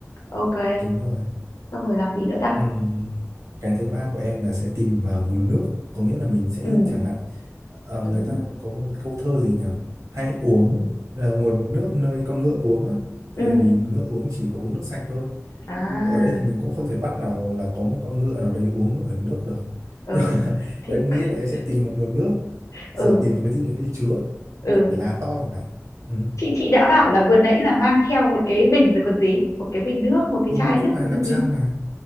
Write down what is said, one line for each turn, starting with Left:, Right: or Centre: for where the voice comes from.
Left: ok
Right: đúng rồi
Left: xong rồi làm gì nữa ta
Right: Ừm, cái thứ ba của em là sẽ tìm vào nguồn nước có nghĩa là mình sẽ
Left: ừ
Right: chẳng hạn ờ,
Left: đúng
Right: người ta có một câu thơ gì nhỉ hãy uống ờ, nguồn nước nơi con ngựa uống á tại
Left: ừ
Right: vì ngựa uống chỉ có uống nước sạch thôi
Left: à
Right: Ừm, ở đây thì mình cũng không thể bắt nào là có một con ngựa nào đấy uống ở nước được
Left: ừ
Right: nhưng mà <laughs>
Left: thì
Right: em nghĩ
Left: <laughs>
Right: là em sẽ tìm một nguồn nước
Left: ừ
Right: rồi tìm một cái gì đấy để chứa như
Left: ừ
Right: kiểu cái lá to chẳng hạn ừ.
Left: chị chị đã bảo là vừa nãy là mang theo một cái bình rồi còn gì một cái bình nước một cái
Right: ừ
Left: chai
Right: nhưng
Left: nước
Right: mà
Left: rồi
Right: làm
Left: còn gì
Right: sao mà